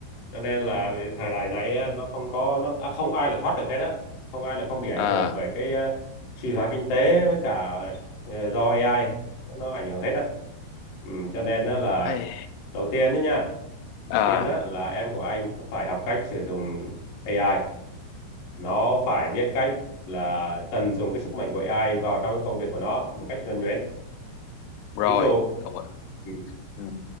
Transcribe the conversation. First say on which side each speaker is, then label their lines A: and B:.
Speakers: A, on the left (about 70°); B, on the left (about 85°).
A: cho nên là về thời đại này á, nó không có nó à, không ai là thoát được hết á không ai là không bị ảnh
B: à
A: hưởng bởi cái ờ, suy thoái kinh tế với cả ờ, do AI nó ảnh hưởng hết á ừ, cho nên á là
B: ấy.
A: đầu tiên đó nha đầu
B: à
A: tiên á là em của anh phải học cách sử dụng AI nó phải biết cách là tận dụng cái sức mạnh của AI vào trong cái công việc của nó một cách nhuần nhuyễn
B: rồi
A: ví dụ
B: đồng ý
A: ừ,
B: ừ.